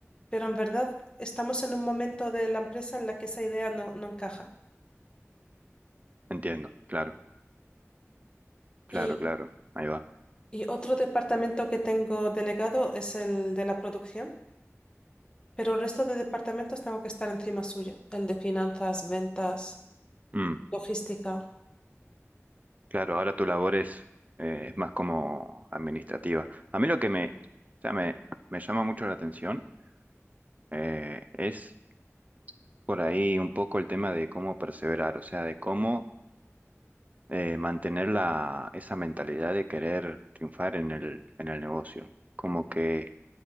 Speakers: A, on the left; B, on the right.
A: pero en verdad estamos en un momento de la empresa en la que esa idea no, no encaja.
B: entiendo, claro. Claro,
A: Y,
B: claro, ahí va.
A: y otro departamento que tengo delegado es el de la producción, pero el resto de departamentos tengo que estar encima suya, el de finanzas, ventas,
B: Mm,
A: logística.
B: claro, ahora tu labor es, eh, es más como administrativa. A mí lo que me, o sea, me, me llama mucho la atención eh, es por ahí un poco el tema de cómo perseverar, o sea, de cómo eh, mantener la, esa mentalidad de querer triunfar en el, en el negocio. Como que